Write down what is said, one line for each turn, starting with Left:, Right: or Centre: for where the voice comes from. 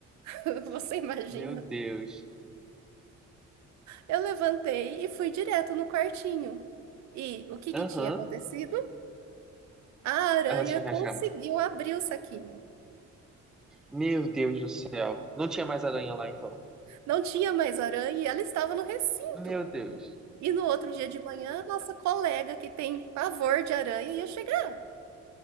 Right: <laughs> Você imagina?
Centre: Meu Deus.
Right: Eu levantei e fui direto no quartinho. E o que que
Centre: Aham.
Right: tinha acontecido? A aranha
Centre: Ela tinha
Right: conseguiu
Centre: rasgado.
Right: abrir o saquinho.
Centre: Meu Deus do céu. Não tinha mais aranha lá, então.
Right: Não tinha mais aranha e ela estava no recinto.
Centre: Meu Deus.
Right: E no outro dia de manhã, nossa colega que tem pavor de aranha ia chegar.